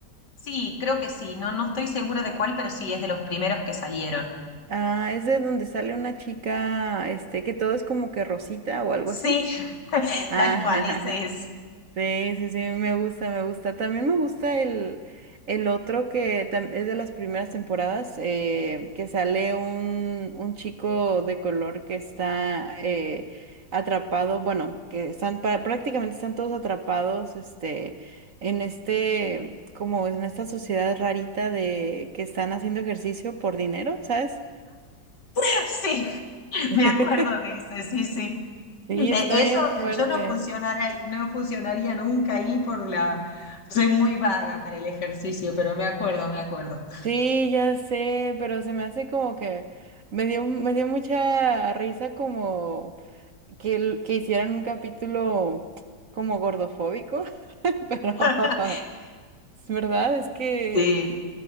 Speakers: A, on the left (about 70°); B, on the right (about 50°).
A: Sí, creo que sí, no, no estoy segura de cuál, pero sí, es de los primeros que salieron.
B: Ah, es de donde sale una chica, este, que todo es como que rosita o algo
A: Sí,
B: así.
A: <laughs>
B: Ah,
A: tal cual, ese es.
B: <laughs> Sí, sí, sí, me gusta, me gusta. También me gusta el, el otro que tam- es de las primeras temporadas, eh, que sale un, un chico de color que está eh, atrapado, bueno, que están pa- prácticamente están todos atrapados, este, en este, como en esta sociedad rarita de que están haciendo ejercicio por dinero, ¿sabes?
A: <laughs> sí. <laughs>
B: <laughs>
A: Me acuerdo de eso, sí, sí.
B: Sí,
A: Eh,
B: está bien
A: eso
B: fuerte.
A: yo no funcionaría, no funcionaría nunca ahí por la... Soy muy vaga para el ejercicio, pero me acuerdo, me acuerdo.
B: Sí, ya sé, pero se me hace como que me dio, me dio mucha risa como que, el- que hicieran un capítulo como gordofóbico, <laughs> pero
A: <laughs>
B: <laughs> es verdad, es que
A: Sí,